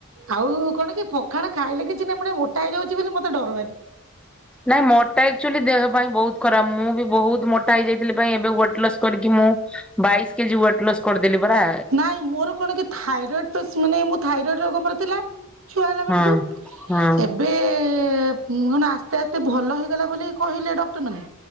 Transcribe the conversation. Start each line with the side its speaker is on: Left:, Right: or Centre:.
Right: ଆଉ କଣ କି ପଖାଳ ଖାଇଲେ କିଛି ନାଇଁ ମୁଁ ଟିକେ ମୋଟା ହେଇଯାଉଚି ବୋଲି ମତେ ଡର ଭାରି।
Centre: ନାଇଁ ମୋଟା ଆକ୍ଚୁଆଲି ଦେହ ପାଇଁ ବହୁତ୍ ଖରାପ୍ ମୁଁ ବି ବହୁତ୍ ମୋଟା ହେଇଯାଇଥିଲି <unintelligible> ଏବେ ୱେଟ୍ ଲସ୍ କରିକି ମୁଁ ବାଇଶ୍ କେଜି ୱେଟ୍ ଲସ୍ କରିଦେଲି ପରା।
Right: ନାଇଁ ମୋର କଣ କି ଥାଇରଡ୍ ତ ମାନେ ମୁଁ ଥାଇରଡ୍ ରୋଗ ମୋର ଥିଲା। ଛୁଆ ହେଲା ବେଳକୁ
Centre: ହଁ ହଁ
Right: ଏବ୍ ଏବେ <unintelligible> ଆସ୍ତେ ଆସ୍ତେ ଭଲ ହେଇଗଲା ବୋଲି କହିଲେ ଡକ୍ଟର୍ ମାନେ